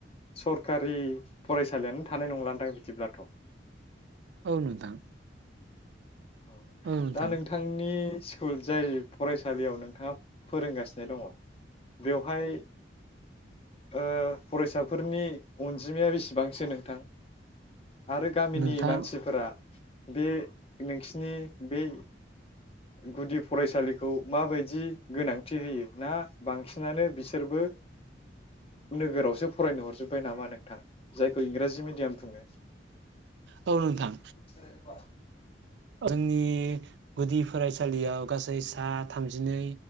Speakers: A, on the left; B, on the right.
A: सरखारि फरायसालियानो थानाय नंलादां बिदिब्लाथ'
B: औ नोंथां
A: अ
B: औ नोंथां
A: दा नोंथांनि स्कुल जाय फरायसालियाव नोंथाङा फोरोंगासिनो दङ बेवहाय ओ फरायसाफोरनि अनजिमाया बेसेबांसो नोंथां आरो गामिनि
B: नोंथां
A: मानसिफोरा बे नोंसिनि बै गुदि फरायसालिखौ माबायदि गोनांथि होयो ना बांसिन नानो बिसोरबो नोगोरावसो फरायनो हरजोबबाय नामा नोंथां जायखौ इंराजि मिडियाम बुङो
B: औ नोंथां
A: <unintelligible>
B: जोंनि गुदि फरायसालियाव गासै सा थामजिनै